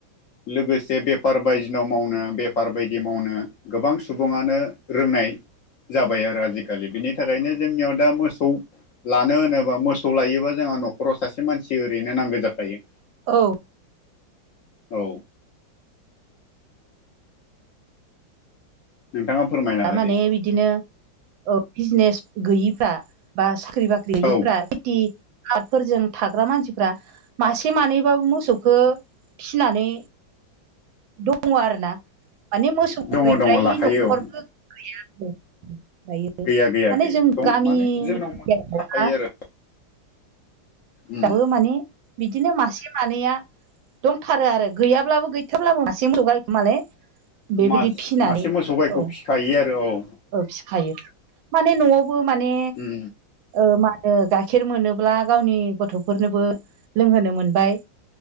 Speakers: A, on the left (about 60°); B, on the right (about 80°).
A: लोगोसे बेफार बायदिनाव मावनो बेफार बायदि मावनो, गोबां सुबुङानो रोंनाय जाबाय आरो आजिखालि बिनि, थाखायनो जोंनियाव दा मोसौ, लानो होनोबा मोसौ लायोबा जोंहा न'खराव सासे मानसि ओरैनो नांगौ जाखायो।
B: औ
A: औ नोंथाङा फोरमायना
B: थारमाने
A: होदो
B: बिदिनो अ बिजनेस गैयिफ्रा बा सा साख्रि बाख्रिफ्रा
A: औ
B: खेथि आबादफोरजों थाग्रा मानसिफ्रा मासे मानैबाबो मोसौखौ फिनानै, दं दङ आरोना माने मोसौ
A: दङ
B: गैद्रायै
A: दङ लाखायो
B: न'खरबो
A: औ
B: गैया आरो ओमफ्रायो
A: गैया गैया
B: माने
A: गैया
B: जों
A: दं
B: गामि
A: माने
B: एरिया
A: जोंनाव मोसौ
B: आवहा,
A: थाखायो आरो उम
B: दाबो माने बिदिनो मासे मानैया, दंथारो आरो गैयाब्लाबो गैथाब्लाबो मासे मोसौ गायखो माने, बेबायदि
A: मास
B: फिनानै
A: मासे मोसौ गायखौ
B: औ
A: फिखायो आरो औ
B: औ फिखायो, माने न'आवबो माने
A: उम
B: ओ मानो गाइखेर मोनोब्ला गावनि गथ'फोरनोबो लोंहोनो मोनबाय